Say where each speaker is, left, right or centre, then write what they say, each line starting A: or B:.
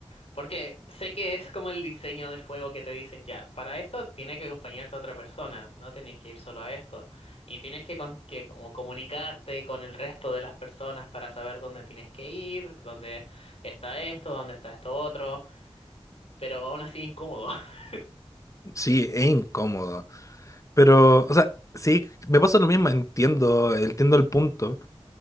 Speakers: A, on the left (about 70°); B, on the left (about 30°).
A: Porque sé que es como el diseño del juego que te dicen ya, para esto tiene que acompañarte otra persona, no tenés que ir solo a esto. Y tienes que, con- que como comunicarte con el resto de las personas para saber dónde tienes que ir, dónde está esto, dónde está esto otro, pero aún así incómodo. <laughs>
B: Sí, es incómodo. Pero, o sea, sí, me pasa lo mismo, entiendo, entiendo el punto.